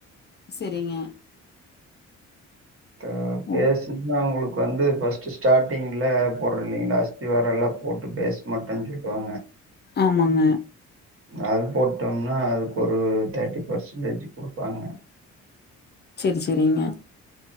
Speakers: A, on the left; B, on the right.
A: செரிங்க
B: அத பேஸ்
A: ஓ!
B: சும்மா அவுங்களுக்கு வந்து பஸ்ட் ஸ்டாடிங்ல போடுற இல்லைங்களா அஸ்தி வாரம் எல்லாம் போட்டுட்டு பேஸ் மாட்டேன் சொல்லிபுடுவாங்க
A: ஆமாங்க
B: அது போட்டோம்னா அதுக்கு ஒரு தேர்ட்டி பர்சன்டேஜ் குடுப்பாங்க
A: சேர் சேரிங்க